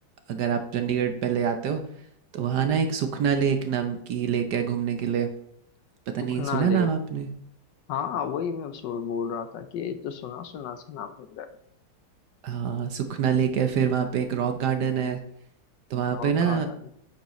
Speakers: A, on the right; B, on the left.
A: अगर आप चंडीगढ़ पहले आते हो तो वहाँ ना एक सुखना लेक नाम की लेक है घूमने के लिए पता
B: सुखना
A: नहीं सुना
B: लेक
A: है नाम आपने
B: हाँ वही मैं सो- बोल रहा था कि ये तो सुना सुना सा नाम लग रहा
A: हाँ सुखना लेक है फिर वहाँ पे एक रॉक गार्डन है तो वहाँ
B: है Rock
A: पे ना
B: Garden